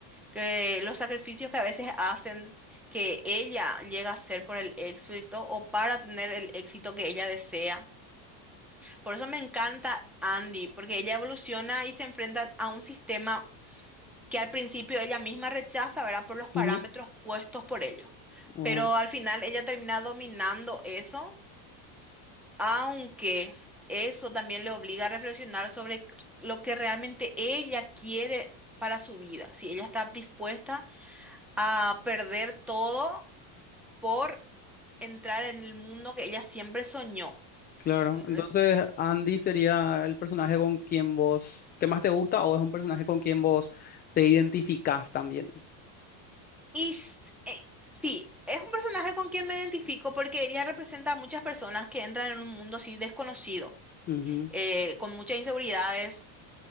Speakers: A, in the centre; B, on the left.
A: que los sacrificios que a veces hacen que ella llega a hacer por el éxito o para tener el éxito que ella desea. Por eso me encanta Andy, porque ella evoluciona y se enfrenta a un sistema que al principio ella misma rechaza, ¿verdad? Por los parámetros
B: ujú,
A: puestos por ellos.
B: wow,
A: Pero al final ella termina dominando eso, aunque eso también le obliga a reflexionar sobre lo que realmente ella quiere para su vida, si ella está dispuesta a perder todo por entrar en el mundo que ella siempre soñó.
B: claro.
A: ¿entendés?
B: Entonces, Andy sería el personaje con quien vos, ¿qué más te gusta o es un personaje con quien vos te identificás también?
A: Y s- eh, sí, es un personaje con quien me identifico porque ella representa a muchas personas que entran en un mundo así desconocido,
B: Ujú,
A: eh, con muchas inseguridades,